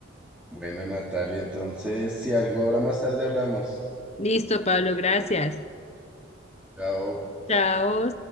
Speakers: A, in the centre; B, on the left.
A: Bueno, Natalia, entonces, si algo ahora más tarde hablamos.
B: Listo, Pablo, gracias.
A: Chao.
B: Chao.